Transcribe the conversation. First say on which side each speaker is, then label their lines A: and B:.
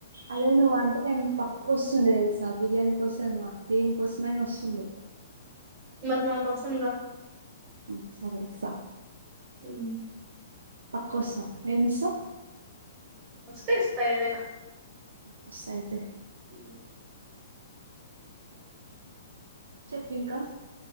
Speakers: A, on the right; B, on the right.
A: అయ్యో నువ్ అంటే నిను పక్ ఒస్తుండే తెలుసా బిర్యానీ కోసం దేని కోసమైనా ఒస్తుండే
B: మరి నా కోసం రా
A: ఆ సరే ఒస్త
B: మ్
A: నా కోసం ఎమిస్సవ్
B: తిస్తా ఏదైనా
A: వస్తా అయితే
B: అ
A: చెప్పు ఇంకా